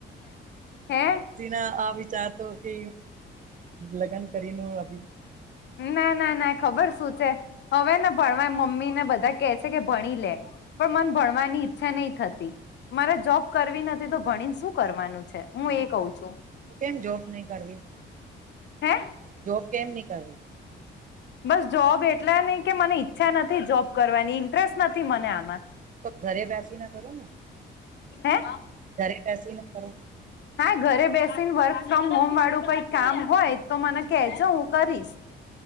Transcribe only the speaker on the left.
હે
ના ના ના ખબર સુું છે હવે ને ભણવા મમ્મીને બધા કે છે કે ભણી લે? પણ મન ભણવાની ઈચ્છા નહી થતી? મારે જોબ કરવી નથી તો ભણીને શું કરવાનું છે હું એ કઉ છું?
હે?
બસ જોબ એટલા નહ કે મને ઈચ્છા નથી જોબ કરવાની ઇન્ટરેસ્ટ નથી મને આમાં.
હે
હા ઘરે બેસીને વર્ક ફ્રોમ હોમ વાળું કોઈ કામ હોય તો મને કહેજો હું કરીશ.